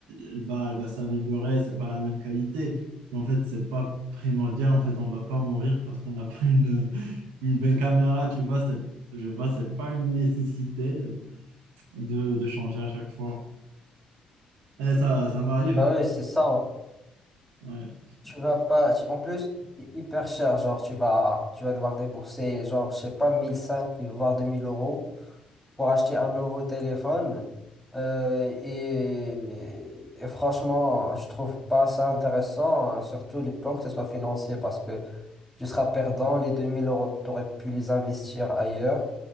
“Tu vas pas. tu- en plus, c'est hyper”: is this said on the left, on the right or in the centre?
Centre